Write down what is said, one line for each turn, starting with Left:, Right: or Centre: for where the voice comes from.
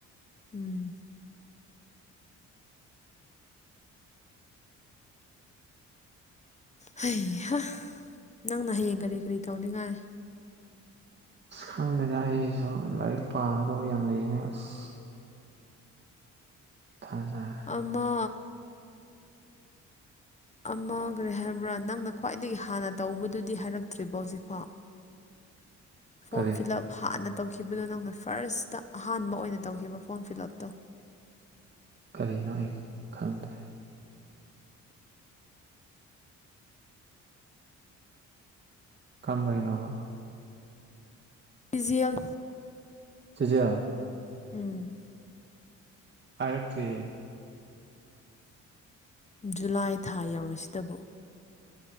Left: ꯎꯝ ꯍꯩꯍꯥ ꯅꯪꯅ ꯍꯌꯦꯡ ꯀꯔꯤ ꯀꯔꯤ ꯇꯧꯅꯤꯡꯉꯥꯏ
Right: ꯑꯁ ꯈꯪꯗꯦꯗ ꯑꯩꯁꯨ ꯂꯥꯏꯔꯤꯛ ꯄꯥꯒꯗꯧꯕ ꯌꯥꯝ ꯂꯩꯅꯦ ꯑꯁ ꯃꯊꯥ ꯁꯥꯏ
Left: ꯑꯃ ꯑꯃ ꯀꯔꯤ ꯍꯥꯏꯕ꯭ꯔꯥ ꯅꯪꯅ ꯈ꯭ꯋꯥꯏꯗꯒꯤ ꯍꯥꯟꯅ ꯇꯧꯕꯗꯨꯗꯤ ꯍꯥꯏꯔꯛꯇ꯭ꯔꯤꯕꯣ ꯍꯧꯖꯤꯛꯐꯥꯎ ꯐꯣꯝ
Right: ꯀꯔꯤ
Left: ꯐꯤꯜꯂꯞ ꯍꯥꯟꯅ ꯇꯧꯈꯤꯕꯗꯣ ꯅꯪꯅ ꯐꯥꯔꯁꯇ ꯑꯍꯥꯟꯕ ꯑꯣꯏꯅ ꯇꯧꯈꯤꯕ ꯐꯣꯔꯝ ꯐꯤꯜ ꯎꯞꯇꯣ
Right: ꯀꯔꯤꯅꯣ ꯑꯩ ꯈꯪꯗ꯭ꯔꯦ ꯀꯝꯕꯩꯅꯣꯕ
Left: ꯚꯤꯖꯨꯋꯦꯜ
Right: ꯆꯖꯤꯌꯥ
Left: ꯎꯝ
Right: ꯑꯥꯏꯔꯛꯇ꯭ꯔꯤꯌꯦ
Left: ꯖꯨꯂꯥꯏ ꯊꯥ ꯌꯧꯔꯁꯤꯇꯕꯨ